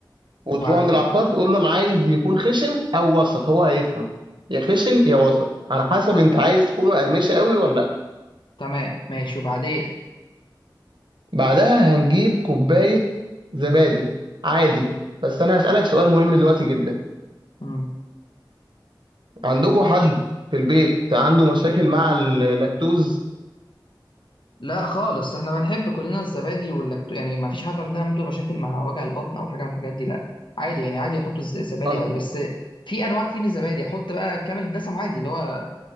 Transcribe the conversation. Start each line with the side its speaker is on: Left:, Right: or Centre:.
Right: وتروح
Left: وبعدين
Right: عند العطار تقول له انا عايز يكون خشن او وسط هو هيفهم يا خشن يا وسط على حسب
Left: ط-
Right: انت عايز تكونه قرمشه قوي ولا
Left: تمام ماشي وبعدين
Right: بعدها هنجيب كوباية زبادي عادي بس أنا هسألك سؤال مهم دلوقتي جدا
Left: امم
Right: عندكم
Left: ماشي
Right: حد في البيت عنده مشاكل مع اللاكتوز؟
Left: لا خالص احنا بنحب كلنا الزبادي واللاكتو يعني ما فيش حد عندنا عنده مشاكل مع وجع البطن او حاجه من الحاجات دي لا عادي يعني عادي يحطوا الز- الزبادي
Right: خلاص.
Left: عادي بس في انواع كتير من الزبادي احط بقى كامل الدسم عادي اللي هو